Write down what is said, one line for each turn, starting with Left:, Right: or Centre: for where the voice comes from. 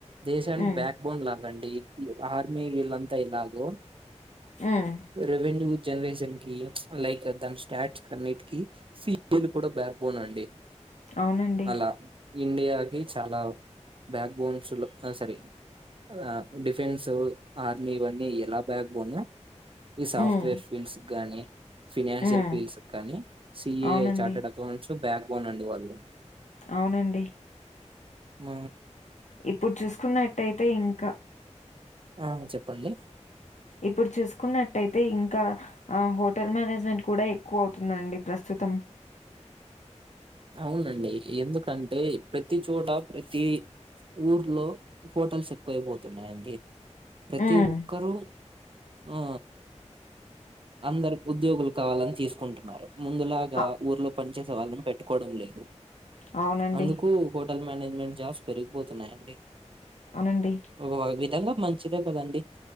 Right: దేశానికి
Left: హ్మ్.
Right: బ్యాక్ బోన్ ల అండి ఆర్మీ వీళ్ళంతా ఇలాగో
Left: హ్మ్.
Right: రెవెన్యూ జనరేషన్ కి లైక్ దాని స్టార్ట్ అన్నిటికి వీలు కూడా బ్యాక్ బోన్ అండి
Left: అవునండి.
Right: అలా ఇండియాకి చాలా బ్యాక్ బోన్స్ లో సరే ఆ డిఫెన్సు ఆర్మీ ఇవన్నీ ఎలా బ్యాక్బోన్ ఈ సాఫ్ట్వేర్
Left: హ్మ్.
Right: ఫీల్డ్స్ గాని ఫినాన్షియల్
Left: హ్మ్.
Right: పస్ కానీ సఏ
Left: అవునండి.
Right: చార్టెడ్ అకౌంట్స్ బ్యాక్ బోన్ అండి వాళ్ళు
Left: అవునండి
Right: ఉ
Left: ఇప్పుడు చూసుకున్నట్టయితే ఇంకా
Right: ఆ చెప్పండి
Left: ఇప్పుడు చూసుకున్నట్టయితే ఇంకా హోటల్ మేనేజ్మెంట్ కూడా ఎక్కువ అవుతుందండి ప్రస్తుతం
Right: అవునండి ఎందుకంటే ప్రతి చోట ప్రతి ఊర్లో పోటల్స్ ఎక్కువ అయిపోతుయి అండి ప్రతి
Left: హ్మ్.
Right: ఒక్కరూ ఆ అందరు ఉద్యోగులు కావాలని తీసుకుంటున్నారు ముందులాగా
Left: అ
Right: ఊర్లో పంచాయత వాళ్ళ పెట్టుకోవడం లేదు
Left: అవునండి.
Right: అందుకు హోటల్ మేనేజ్మెంట్ జాబ్స్ పెరిగిపోతున్నాయండి
Left: అవునండి.
Right: ఒక విధంగా మంచిదే కదండి